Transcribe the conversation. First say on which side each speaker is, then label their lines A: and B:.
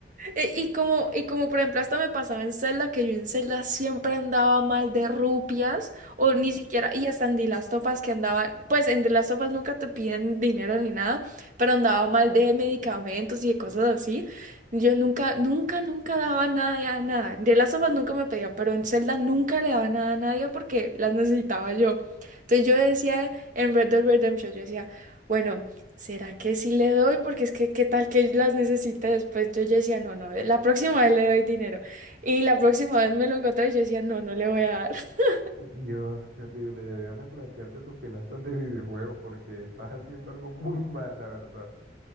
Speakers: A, on the right; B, on the right.
A: E- Y como, y como por ejemplo hasta me pasaba en Zelda, que yo en Zelda siempre andaba mal de rupias, o ni siquiera, y hasta en The Last of Us que andaba, pues en The Last of Us nunca te piden dinero ni nada, pero andaba mal de medicamentos y de cosas así. Yo nunca, nunca, nunca daba nada a nada. En The Last of Us nunca me pedían, pero en Zelda nunca le daba nada a nadie porque las necesitaba yo. Entonces yo decía en Red Dead Redemption, yo decía, bueno. ¿Será que sí le doy? Porque es que qué tal que las necesite después. Yo, yo decía, no, no, la próxima vez le doy dinero. Y la próxima vez me lo encontré y yo decía, no, no le voy a dar. <laughs>
B: Dios, qué horrible. Deberías replantearte tus finanzas de videojuegos porque estás haciendo algo muy mal, la verdad.